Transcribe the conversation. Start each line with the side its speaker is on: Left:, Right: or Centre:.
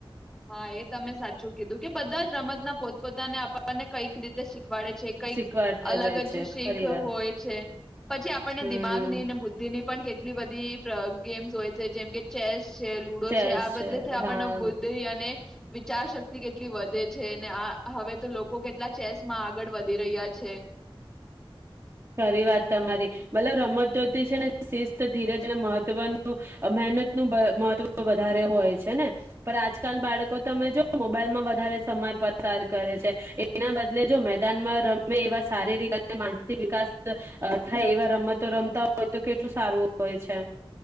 Centre: હા એ તમે સાચું કીધું કે બધા જ રમતના પોતપોતાને આપણને કઈક રીતે શીખ વાડે છે કઈક,
Right: શીખવાડતા
Centre: અલગ
Right: હોય
Centre: જ
Right: છે
Centre: શીખ
Right: ખરી વાર
Centre: હોય છે, પછી આપણને
Right: હમ
Centre: દિમાગની ને બુદ્ધિની પણ કેટલી બધી પ ગેમ્સ હોય છે જેમ કે ચેસ છે લુડો
Right: ચેસ
Centre: છે આ બધેથે આપણને
Right: હા
Centre: અને, વિચાર શક્તિ કેટલી વધે છે ને આ હવે તો લોકો કેટલા ચેસમાં આગળ વધી રહ્યા છે.
Right: ખરી વાત તમારી, મતલબ રમતોથી છે ને સિસ્ત ધીરજ અને મહત્વનું મહેનત નું વ મહત્વ વધારે હોય છે ને, પણ આજકાલ બાળકો તમે જો મોબાઈલમાં વધારે સમય પસાર કરે છે, એના બદલે જો મેદાનમાં રમે એવા સારીરિક અને માનસ - વિકાસ થાય એવા રમતો રમતા હોય તો કેટલું સારું હોય છે.